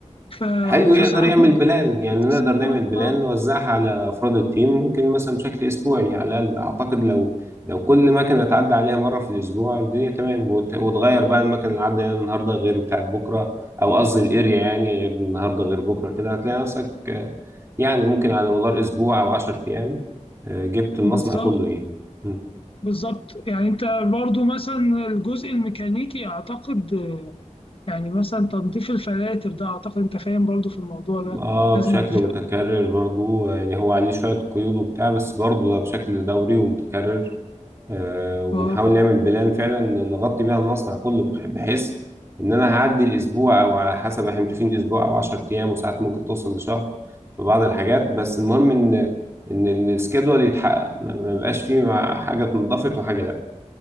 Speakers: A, on the left; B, on the right.
A: ف...
B: حلو يقدر
A: فساعات
B: يعمل
A: ممكن
B: بلان يعني نقدر
A: <laughs>
B: نعمل بلان نوزعها على أفراد التيم ممكن مثلا بشكل أسبوعي يعني على الأقل أعتقد لو لو كل مكنة تعدي عليها مرة في الأسبوع الدنيا تمام وت- وتغير بقى المكنة اللي عدى عليها النهاردة غير بتاعت بكرة أو قصدي الأريا يعني غير النهاردة غير بكرة كده هتلاقي نفسك آه، يعني ممكن على مدار أسبوع أو عشر أيام آه، جبت المصنع
A: بالظبط
B: كله إيه مم.
A: بالظبط يعني انت برضو مثلا الجزء الميكانيكي اعتقد يعني مثلا تنظيف الفلاتر ده اعتقد انت فاهم برضو في الموضوع ده
B: اه
A: لازم
B: بشكل
A: الفلاتر
B: متكرر برضو يعني هو عليه شوية قيود وبتاع بس برضو ده بشكل دوري ومتكرر آه، وبنحاول
A: وال-
B: نعمل بلان فعلا نغطي بيها المصنع كله بح- بحيث ان انا هعدي الاسبوع او على حسب احنا متفقين اسبوع او 10 ايام وساعات ممكن توصل لشهر في بعض الحاجات بس المهم ان ان السكيدول يتحقق ما ما يبقاش فيه مع- حاجه اتنضفت وحاجه لا